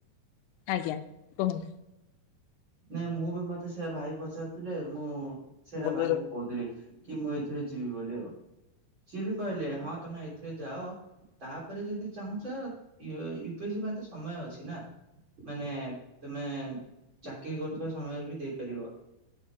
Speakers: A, on the left; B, on the right.
A: ଆଜ୍ଞା କୁହନ୍ତୁ।
B: ନାଇଁ ମୁଁ ବି ମତେ ସେଇଟା ଭାଇ ପଚାରୁଥିଲେ ମୁଁ ସେଇଟା ଭାଇ
A: ଭଲ
B: କ କହୁଥିଲି କି ମୁଁ ଏଥିରେ ଯିବି ବୋଲି ଆଉ ସିଏ ବି କହିଲେ ହଁ ତମେ ରେ ଯାଅ ତାପରେ ଯଦି ଚାହୁଁଛ ୟୁ ପିଏସ୍ ସି ପାଇଁ ତ ସମୟ ଅଛି ନା ମାନେ ତମେ ଚାକିରି କରୁଥିବା ସମୟରେ ବି ଦେଇପାରିବ।